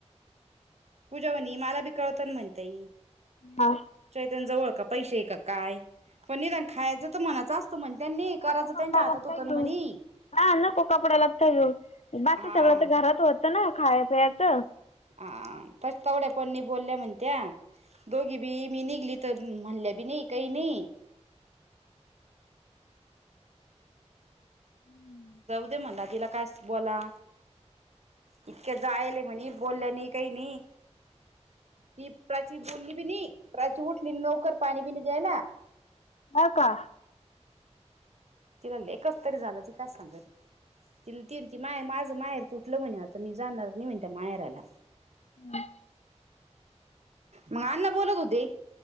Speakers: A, on the right; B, on the left.
A: पूजा हो मला बिकावत म्हणता येई
B: हा
A: चैतनजवळ का पैसे आहे का काय पण निरण खायचं तर मनाच अस म्हण त्यांनी करायचं
B: कपड्यालाच
A: त्यांच्या हातात होतं
B: काय घेऊ.
A: ना म्हणे
B: हा नको कपड्यालाता येऊ बाकी
A: हा
B: सगळं तर घरात होतं ना खाय पियचं
A: हा तस तेवढ्या पणणी बोलल्या म्हणत्या दोघी बी मी निघली तर म्हणल्या बी नाही काही नाही
B: हम्म
A: दे म्हणला तिला काय बोला इतके जायल म्हणे बोललं नाही काही नाही ती प्राची बुोलली बी नाही प्राची उठली लवकर पाणी बि नाही द्यायला
B: हा का
A: तिला लेकच तरी झालं ती काय सांगत तिला तीन ती माय माझं माहेर तुटलं म्हण आता मी जाणार नाही म्हणत्या मायाराला
B: अ
A: मग अण्णा बोलत होते